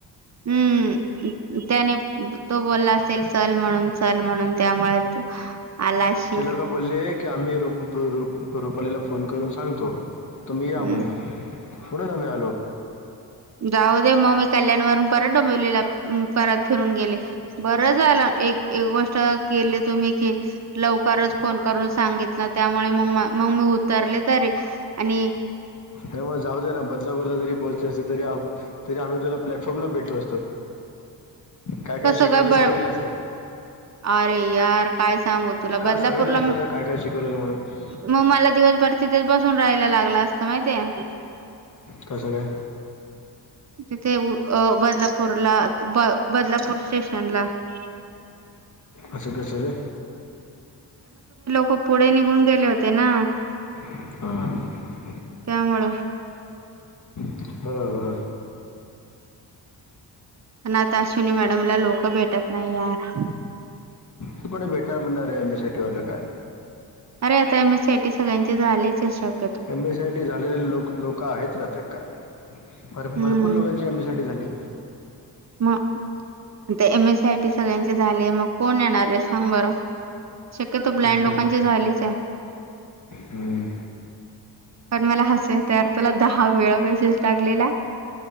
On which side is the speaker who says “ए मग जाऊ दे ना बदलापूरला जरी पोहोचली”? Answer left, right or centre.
Left